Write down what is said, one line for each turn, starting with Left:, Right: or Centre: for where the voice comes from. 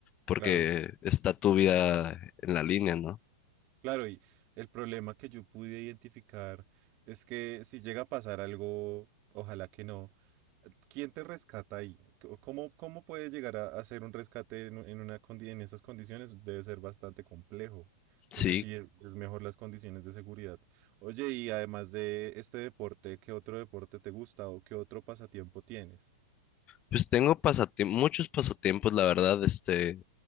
Left: porque
Right: Claro.
Left: está tu vida en la línea, ¿no?
Right: Claro, y el problema que yo pude identificar es que si llega a pasar algo, ojalá que no, ¿quién te rescata ahí? C- ¿Cómo, cómo puedes llegar a a hacer un rescate en, u- en una, condi- en esas condiciones? Debe ser bastante complejo. Entonces,
Left: Sí,
Right: sí, es es mejor las condiciones de seguridad. Oye, y además de este deporte, ¿qué otro deporte te gusta o qué otro pasatiempo tienes?
Left: pues tengo pasatiem- muchos pasatiempos, la verdad, este...